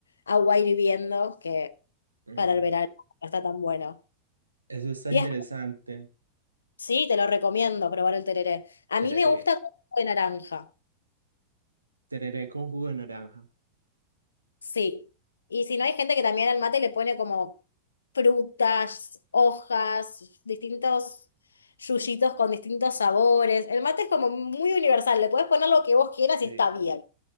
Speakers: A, on the left; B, on the right.
A: agua hirviendo, que
B: Mm,
A: para el verano no está tan bueno.
B: Eso está
A: Y
B: interesante.
A: es- sí, te lo recomiendo probar el tereré. A
B: Tereré.
A: mí me gusta con jugo de naranja.
B: Tereré con jugo de naranja.
A: Sí. Y si no, hay gente que también al mate le pone como frutas, hojas, distintos yuyitos con distintos sabores. El mate es como muy universal. Le puedes poner lo que vos quieras
B: Sí.
A: y está bien.